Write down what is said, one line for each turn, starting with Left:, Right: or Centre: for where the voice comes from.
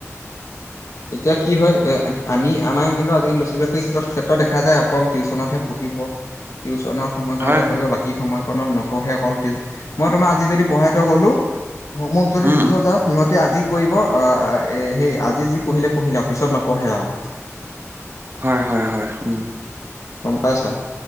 Left: এতিয়া কি হয় আমি আমাৰ কিন্তু আজিকি ল'ৰা, ছালীৰ ক্ষেত্ৰত দেখা যায় অকল টিউশ্যনতহে পঢ়িব। টিউশনৰ। সময়কনতে
Right: হয় হয়
Left: পঢ়িব বাকী সময়কনত নপঢ়ে অকল, মই তোমাৰ আজি যদি পঢ়াই থৈ গ'লো গো মোক যদি
Right: উম
Left: দি
Right: উম
Left: থৈ যাওঁ সিহঁতে আজি কৰিব আহ সেই আজি যি পঢ়িলে পঢ়িলে আৰু, পিছত নপঢ়ে আৰু।
Right: হয় হয় হয় উম।
Left: গম পাইছা,